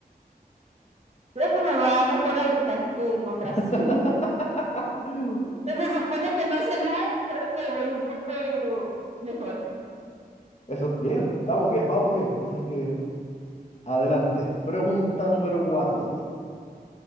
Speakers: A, on the right; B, on the left.
A: Creo que me va mejor ahorita que en otras.
B: <laughs>
A: <laughs> Pues Se supone que no sé nada, creo que voy un poco mejor.
B: Eso es bien, vamos bien, vamos bien. Así que adelante. Pregunta número 4 dice,